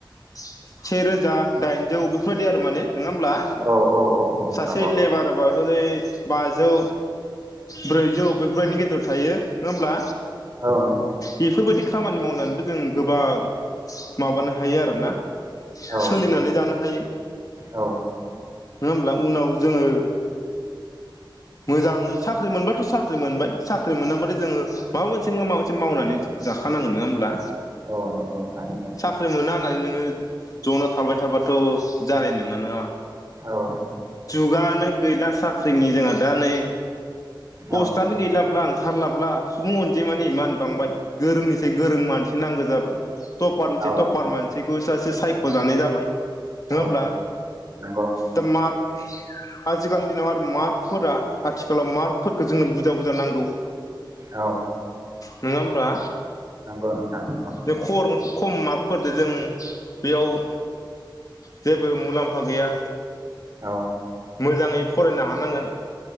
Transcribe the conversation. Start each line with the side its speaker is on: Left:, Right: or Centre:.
Left: सेे रोजा दाइनजौ बेफोरबायदि आरो माने नोङा होमब्ला?
Right: औ औ औ
Left: सासे
Right: नंगौ
Left: लेबार बा <unintelligible> बाजौ ब्रैजौ बेफोरबायदिनि गेजेराव थायो नोङा होमब्ला?
Right: औ नंगौ
Left: बेफोरबायदि खामानि मावनानैबो जों गोबां माबानो हायो आरोना
Right: औ
Left: सोलिनानै जानो हायो।
Right: औ
Left: नोङा होमब्ला उनाव जोङो मोजाङै साख्रि मोनब्लाथ' साख्रि मोनबाय साख्रि मोनाबाथाय जोङो माबा मोनसे नङा माबा मोनसे मावनानै जाखानांगोन नङा होमब्ला
Right: औ नंगौ नोंथां नंगौ
Left: साख्रि मोना होननानै नोङो जना थाबाय थाबाथ' जानाय नोङा ना
Right: औ
Left: जुगानो गैला साख्रिनि जोंहा दा नै पस्तानो
Right: औ
Left: गैलाब्ला आं ओंखारलाब्ला सुबुं अनजिमानि मान बांबाय गोरोंनिसाय गोरों मानसि नांगौ जाबाय त'फारनिसाय
Right: औ
Left: त' फरारमानसि बोसासो सायख'जानाय जाबाय नङा होमब्ला
Right: औ नंगौ
Left: दा मार्क आजिखालिनि दिनाव आरो मार्क फोरा आथिखालाव मार्कफोरखौ जोंनो बुजा बुजा नांगौ।
Right: औ
Left: नोङा होमब्ला
Right: नंगौ नोंथां नंगौ
Left: जों खर खम मार्कफोरजों जों बेयाव जेबो मुलाम्फा गैया।
Right: औ
Left: मोजाङै फरायनो हानांगोन